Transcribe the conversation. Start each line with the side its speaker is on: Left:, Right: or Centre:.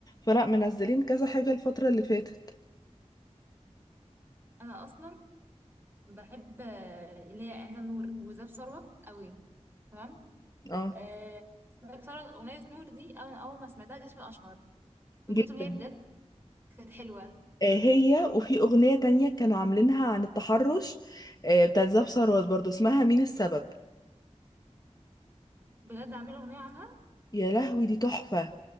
Left: فلا منزلين كذا حاجة الفترة اللي فاتت
Right: أنا أصلا بحب آه، اللي هي عند النور وزاب ثروت قوي تمام
Left: اه
Right: آه زاب ثروت أغنية نور دي أنا أول ما سمعتها جسمي أشعر من
Left: جدا
Right: كتر ما هي بجد كانت حلوة
Left: آه هي وفي أغنية تانية كانوا عاملينها عن التحرش آه بتاعت زاب ثروت برضو اسمها مين السبب
Right: بجد عاملة أغنية عنها
Left: يا لهوي دي تحفة